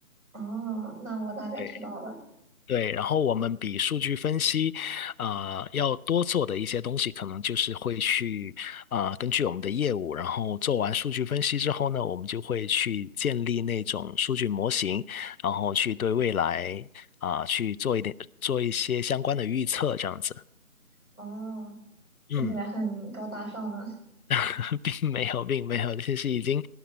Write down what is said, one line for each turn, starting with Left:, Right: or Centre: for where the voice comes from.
Right: 哦，那我大概知道了。
Left: 对。对，然后我们比数据分析，啊、要多做的一些东西，可能就是会去啊、根据我们的业务，然后做完数据分析之后呢，我们就会去建立那种数据模型，然后去对未来啊、去做一点做一些相关的预测，这样子。
Right: 哦，听起来很高大上呢。
Left: 嗯，<laughs> 并没有，并没有，其实已经